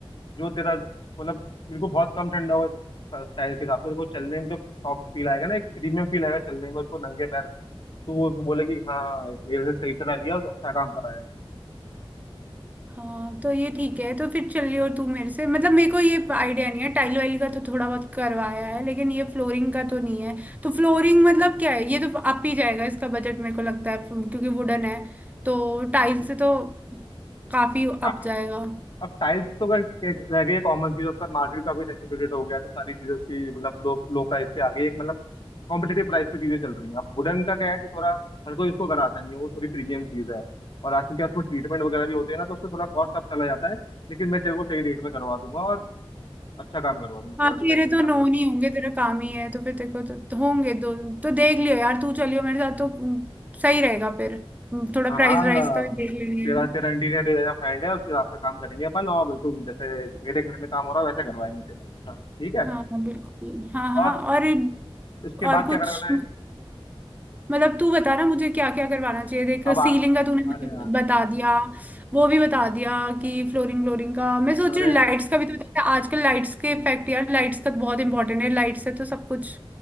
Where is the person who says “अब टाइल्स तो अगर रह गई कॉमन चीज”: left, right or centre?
Left